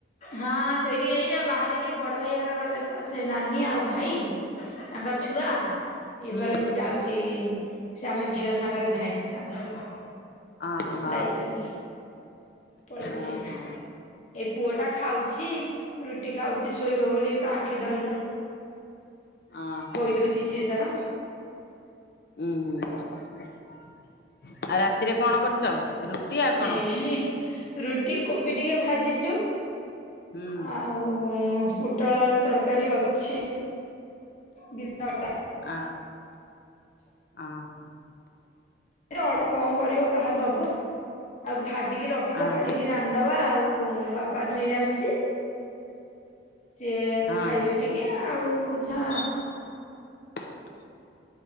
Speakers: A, on the left (about 40°); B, on the left (about 55°).
A: ହଁ ସେଇଠି ଏଇନା ବାହହାରିକି ବଡ ଭାଇ ଘର ଗଲେ। ତ ସେ ନାନୀ ଆଉ ଭାଇ ତାଙ୍କ ଛୁଆ ଇଏ
B: ହୁଁ
A: କହିଲେ ମୁଁ ଯାଉଚି। ସେ ଆମ ଝିଅ ସାଙ୍ଗରେ ଧାଇଁଛି ତାଙ୍କ ସହିତ।
B: ଅହ।
A: ଯାଇଛନ୍ତି ପଳେଇଛି
B: ଅ
A: ଏଇନା
B: ହ।
A: ଏଇ ପୁଅ ଟା ଖାଉଛି ରୁଟି ଖାଉଛି ଶୋଇବ ବୋଲି ତ ଆଖି ଦଳିଲା।
B: ଅ ହ।
A: ଖୋଇ ଦଉଛି ସିଏ ତାର
B: ଉୁଁ ହୁଁ ଆଉ ରାତିରେ କଣ କରୁଛ ରୁଟି ଆଉ କଣ?
A: ଏଇ ରୁଟି କୋବି ଟିକେ ଭାଜିଚୁ।
B: ହୁଁ
A: ଆଉ ପୁ ଟଳ ଆଳୁ ତରକାରୀ ଅଛି। ଦିନବେଳା।
B: ଆ ଆହ।
A: ଳ କଣ କରିବ କାହାକୁ ଦବ ଆଉ ଭାଜିକି ରଖିଦ
B: ହଁ
A: କାଲି ରାନ୍ଧବା ଆଉ ବାପା ନିରା ମିଶି। ସିଏ
B: ହଁ
A: ଖାଇବେ ଟିକେ ଆଉ ଯା
B: ହଁ।